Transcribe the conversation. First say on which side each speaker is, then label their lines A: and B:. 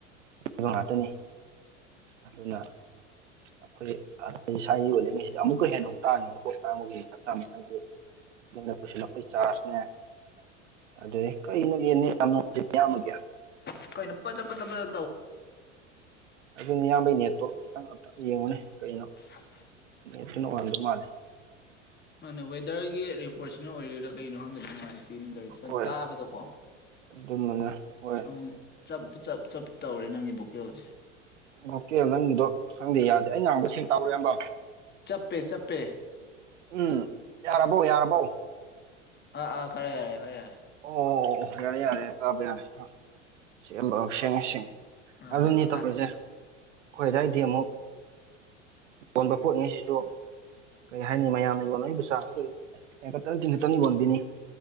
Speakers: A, on the right; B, on the left.
A: ꯕ ꯉꯥꯛꯇꯅꯤ ꯑꯗꯨꯅ ꯑꯩꯈꯣꯏ ꯑꯥꯔꯇꯤꯁ ꯏꯁꯥꯏ ꯌꯣꯜꯂꯤꯉꯩꯁꯤꯗ ꯑꯃꯛꯀ ꯍꯦꯟꯅꯨꯛ ꯇꯉꯤ ꯄꯣꯠ ꯇꯥꯡꯕꯒꯤ ꯃꯊꯛꯇ ꯆ ꯍꯥꯏꯗꯤ ꯃꯟꯅ ꯄꯨꯁꯤꯜꯂꯛꯄꯩ ꯆꯥꯔꯥꯁꯅꯦ ꯑꯗꯨꯗꯤ ꯀꯩꯅꯣꯒꯦꯅꯦ ꯌꯥꯝꯌꯥꯝꯕꯒꯦ
B: ꯀꯈꯣꯏꯩꯅꯣ ꯄ ꯄ
A: ꯑꯗꯨ ꯏꯌꯥꯝꯕꯒꯤ ꯅꯦꯠꯇ ꯈꯤꯇꯪ ꯑꯝꯇ ꯌꯦꯡꯉꯨꯅꯦ ꯀꯩꯅꯣ
B: <unintelligible>
A: ꯅ ꯑꯗꯨꯅ ꯋꯥꯗ ꯃꯥꯂꯦ
B: ꯃꯥꯅꯦ ꯋꯦꯗꯔꯒꯤ ꯔꯤꯄꯣꯔꯠꯁꯤꯅ ꯑꯣꯏꯔꯤꯣꯏꯔꯥ ꯀꯩꯅꯣ ꯍꯪꯗꯅ ꯅꯨꯡꯉꯥꯏꯁꯦ ꯇꯤꯟꯗ
A: ꯍꯣꯏ
B: ꯇꯥꯕꯗꯀꯣ
A: ꯑꯗꯨꯝꯕꯅ ꯍꯣꯏ
B: ꯑꯃꯨꯛ ꯆꯞ ꯆꯞ ꯆꯞ ꯇꯧꯔꯦ ꯅꯪꯒꯤ ꯕꯣꯀꯦꯜꯁꯦ
A: ꯂꯣꯇꯦꯜ ꯅꯪꯒꯤꯗꯣ ꯈꯪꯗꯦ ꯌꯥꯗꯦ ꯑꯩ ꯉꯥꯡꯕ ꯁꯦꯛ ꯇꯥꯎꯔꯦꯕꯣ
B: ꯆꯞꯄꯦ ꯆꯞꯄꯦ
A: ꯎꯝ ꯌꯥꯔꯕꯣ ꯌꯥꯔꯕꯣ
B: ꯑꯥ ꯑꯥ ꯈꯔ ꯌꯥꯔꯦ ꯈꯔꯦ ꯌꯥꯔꯦ
A: ꯑꯣ ꯑꯣ ꯌꯥꯔꯦ ꯌꯥꯔꯦ ꯇꯥꯕ ꯌꯥꯔꯦꯕ ꯁꯦꯡ ꯁꯦꯡ
B: ꯑꯥ
A: ꯑꯗꯨꯅꯤ ꯇꯧꯔꯤꯁꯦ ꯑꯩꯈꯣꯏꯗꯥꯋꯥꯏꯗꯤ ꯑꯃꯨꯛ ꯌꯣꯟꯕ ꯄꯣꯠꯅꯤꯁꯤꯁꯨ ꯀꯩ ꯍꯥꯏꯅꯤ ꯃꯌꯥꯝꯅ ꯌꯣꯟꯂꯏꯕ ꯆꯥ ꯍ ꯈꯠꯇꯅ ꯆꯤꯟꯈꯠꯇꯅ ꯌꯣꯟꯕꯤꯅꯤ